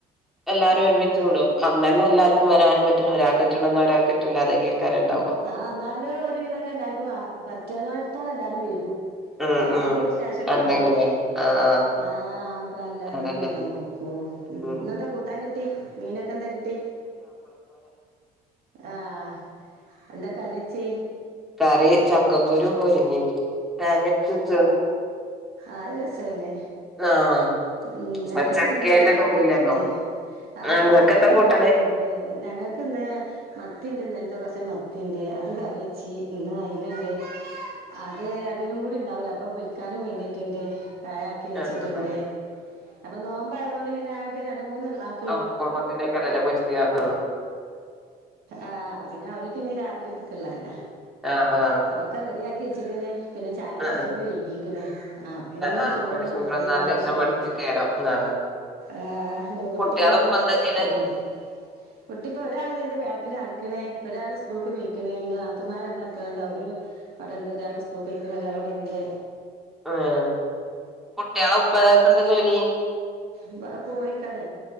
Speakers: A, in the centre; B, on the right (about 65°).
A: എല്ലാരും
B: ആഹ്
A: ഒരുമിച്ച് കുടും ആന്നന്നെ എല്ലർക്കും വരാനും പറ്റൂല്ല ഒരാൾ പറ്റാണന്ന് ഒരാൾ പറ്റൂല്ല അതൊക്കെ കറണ്ടാവും
B: ആഹ് എന്നാലു ഒരു വിധൊക്കെ എല്ലാർക്കും പറ്റുന്നോത്തോളം എല്ലാരും വരൂ
A: ഉം
B: കാലങ്ങൾക്ക്
A: ഉം
B: ശേഷം കാണുമ്പോളേ
A: എന്തെങ്കിലേ ആഹ്
B: ആഹ് അപ്പോ എല്ലാരും
A: അതന്നെ
B: ഒന്ന് വരാൻ നോക്കോ ഉംഇന്ന്
A: ഉം
B: എന്താ കൂട്ടാൻ കിട്ടി മീനൊക്കെ എന്താ കിട്ടി ആഹ് എന്താ കറി വെച്ചേ
A: കറി ചക്കക്കുരു മുരുങ്ങി തേങ്ങ അരച്ച് വെച്ച്ങ്ങട്
B: ആത് രസണേ
A: ആഹ്
B: ഉം
A: ഇപ്പൊ
B: ഞങ്ങൾക്ക്
A: ചക്കേന്റെ
B: ഇന്ന് ഇവിടെ
A: കളിയല്ലെന്നോ
B: മത്തി ആഹ്
A: ആ
B: അത്
A: ഇങ്ങക്കെന്താ
B: ചക്ക ഇണ്ട്
A: കൂട്ടാന്
B: ഇവിടെ കൊട്ന്ന് ഞങ്ങൾക്ക് ഇന്ന് മത്തി ഇണ്ട് ഇന്നലത്തെ കൊറച്ച് മത്തിയ ഇണ്ട് അത് കറി വെച്ചി പിന്നെ അയിനുണ്ട് അത് രണ്ടിനും കൂടി ഇണ്ടാവൂല അപ്പൊ പൊരിക്കാനും വേണ്ടീട്ടുണ്ട് കയാക്കി വെച്ചിട്ടുണ്ട്
A: ആ ആ
B: അപ്പൊ നോമ്പ് ആയതുകൊണ്ട് പിന്നെ അവക്ക് രണ്ട മൂന്ന് ക്ലാ
A: തോരക്കുബോതിനല്ലേ <unintelligible> പൊരിക്ക ഉം
B: ആഹ് പിന്നെ അവർക്ക് ഇനി രാത്രിക്കള്ളല്ലൊ
A: ആ ആ ആ
B: ഒക്കെ റെഡിയാക്കി വെച്ചുക്ക്ണ് പിന്നെ ചായ
A: ആ
B: കുടിച്ചപ്പോ വൈകിക്ക്ണ് ആ പിന്നെ ഇമ്മ
A: ആ
B: ചോറിനൊന്നും
A: പിന്നെ ചോറ്ന്നാണ്ട്
B: ഇപ്പൊ ത്തന്നെ ഒന്നും ആവുഷ്യല്ല
A: ഇങ്ങനെ മടിച്ചിക്കേരം ആ
B: ഏഹ് ഇനി കുട്ടിക്ക്
A: കുട്ട്യാളെ
B: കഞ്ഞിയൊക്കെ
A: ഉപ്പ എന്താ
B: കൊടുത്തക്കണ്ടേ
A: ചെയ്യ്ണെ
B: കുട്ടി ഇപ്പൊ ഒരാൾള് ഇതാ ഇന്റെ ബാക്കില് നടക്കണേ ഒരാൾ സ്കൂളക്ക് പോയിക്കണേ പിന്നെ നാത്തൂമാര് രണ്ട് അക്കളുണ്ട് അവര് അവിടെണ്ട് ഒരാൾ സ്കൂൾ പൊയ്ക്ക്ണ് ഒരാൾ അവിടെണ്ട്
A: ആഹ് കുട്ടികളെ ഉപ്പായൊക്കെ എന്താ ജോലി
B: ഇബടെ കോഴിക്കടാ